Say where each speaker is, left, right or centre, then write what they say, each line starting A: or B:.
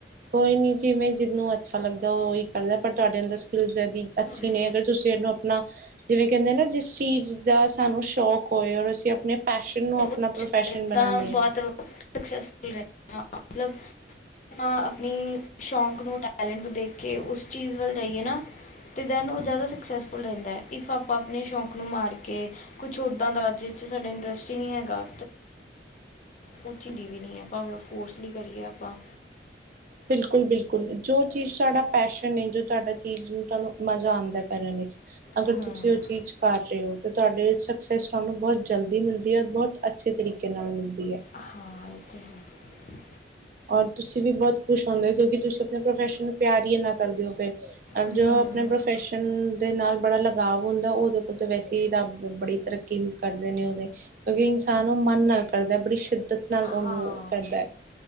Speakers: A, on the right; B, on the left.
A: ਕੋਈ ਨਹੀਂ ਜਿਵੇਂ ਜਿਹਨੂੰ ਅੱਛਾ ਲੱਗਦਾ ਉਹ ਉਹੀ ਕਰਦਾ ਪਰ ਤੁਹਾਡੇ ਅੰਦਰ ਸਕਿੱਲਸ ਹੈਦੀ। ਅੱਛੀ
B: ਅਸੀਂ
A: ਨੇ ਅਗਰ ਤੁਸੀਂ ਇਹਨੂੰ ਆਪਣਾ ਜਿਵੇਂ ਕਹਿੰਦੇ ਨਾ ਜਿਸ ਚੀਜ਼ ਦਾ ਸਾਨੂੰ ਸ਼ੌਕ ਹੋਏ ਔਰ ਅਸੀਂ ਆਪਣੇ ਪੈਸ਼ਨ ਨੂੰ
B: ਉਸ
A: ਪ੍ਰੋਫੈਸ਼ਨ ਬਣਾਉਂਦੇ
B: ਤਾਂ ਬਹੁਤ
A: ਹਾਂ
B: ਸਕਸੈਸਫੁਲ ਰ ਆਪਾਂ ਆਪਣੀ ਸ਼ੌਕ ਨੂੰ ਟੈਲੈਂਟ ਨੂੰ ਦੇਖ ਕੇ ਉਸ ਚੀਜ਼ ਵੱਲ ਜਾਈਏ ਨਾ ਅਤੇ ਦੈਨ ਉਹ ਜ਼ਿਆਦਾ ਸਕਸੈਸਫੁੱਲ ਰਹਿੰਦਾ ਹੈ ਇਫ ਆਪਾਂ ਆਪਣੇ ਸ਼ੌਂਕ ਨੂੰ ਮਾਰ ਕੇ ਕਿ ਕੁਛ ਉੱਦਾਂ ਦਾ ਅੱ ਜਿਸ 'ਚ ਸਾਡਾ ਇੰਟਰਸਟ ਹੀ ਨਹੀਂ ਹੈਗਾ। ਉਹ ਚਿੰਦੀ ਵੀ ਨਹੀਂ ਹੈ ਭਾਵੇਂ ਉਹ ਫੋਰਸਲੀ ਕਰੀਏ ਆਪਾਂ
A: ਬਿਲਕੁਲ -ਬਿਲਕੁਲ ਜੋ ਚੀਜ਼ ਸਾਡਾ ਪੈਸ਼ਨ ਐ ਜੋ ਤੁਹਾਡਾ ਚੀਜ਼ ਨੂੰ ਤੁਹਾਨੂੰ ਮਜ਼ਾ ਆਉਂਦਾ ਕਰਨ ਵਿੱਚ ਅਗਰ
B: ਹਮ
A: ਤੁਸੀਂ ਉਹ ਚੀਜ਼ 'ਚ ਕਰ ਰਹੇ ਹੋ ਅਤੇ ਤੁਹਾਡੇ ਸਕਸੈਸ ਤੁਹਾਨੂੰ ਬਹੁਤ ਜਲਦੀ ਮਿਲਦੀ ਐ ਬਹੁਤ ਅੱਛੇ ਤਰੀਕੇ ਨਾਲ ਮਿਲਦੀ ਹੈ।
B: ਹਾਂ ਇਹ ਤਾਂ ਹੈ।
A: ਔਰ ਤੁਸੀ ਵੀ ਬਹੁਤ ਖੁਸ਼ ਹੁੰਦੇ ਹੋ ਕਿਉਂਕਿ ਤੁਸੀਂ ਆਪਣੇ ਪ੍ਰੋਫੈਸ਼ਨ ਨੂੰ ਪਿਆਰ ਇਨਾ ਕਰਦੇ ਹੋ ਫਿਰ।
B: ਹਮ
A: ਜੋ ਆਪਣੇ ਪ੍ਰੋਫੈਸ਼ਨ ਦੇ ਨਾਲ ਬੜਾ ਲਗਾਵ ਹੁੰਦਾ। ਉਹਦੇ ਕੋਲ ਤਾਂ ਵੈਸੇ ਹੀ ਰੱਬ ਬੜੀ ਤਰੱਕੀ ਕਰਦੇ ਨੇ ਉਹਦੇ। ਕਿਉਕਿ ਇਨਸਾਨ ਉਹ ਮਨ ਨਾਲ ਕਰਦਾ ਬੜੀ ਸ਼ਿੱਦਤ ਨਾਲ ਉਹਨੂੰ
B: ਹਾਂ
A: ਕਰਦਾ।